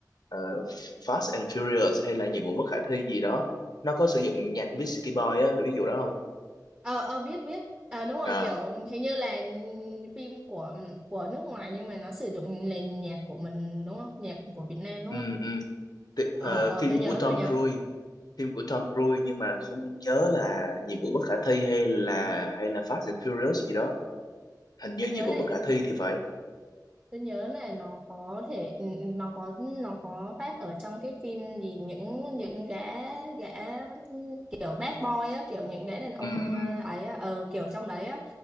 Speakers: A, on the left; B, on the right.
A: ờ, Fast and Furious hay là nhiệm vụ bất khả thi gì đó nó có sử dụng nhạc của Big City Boy á là ví dụ đó không?
B: ờ ờ biết biết ờ đúng rồi
A: À,
B: kiểu hình như là phim của của nước ngoài nhưng mà nó sử dụng nền nhạc của mình đúng không nhạc của Việt Nam đúng
A: ừ,
B: không
A: ừ. Ti-
B: ờ
A: ờ,
B: ờ
A: phim
B: tôi nhớ
A: của Tom
B: tôi nhớ
A: Cruise phim của Tom Cruise nhưng mà không nhớ là nhiệm vụ bất khả thi hay là hay là Fast and Furious gì đó hình như
B: tôi nhớ
A: nhiệm vụ
B: là
A: bất khả thi thì phải
B: Tôi nhớ là nó có thể ừ, ừ, nó có nó có phát ở trong cái phim gì những những gã gã kiểu bad boy á kiểu những gã đàn ông
A: ừ, ừ,
B: ờ, ấy á ờ kiểu trong đấy á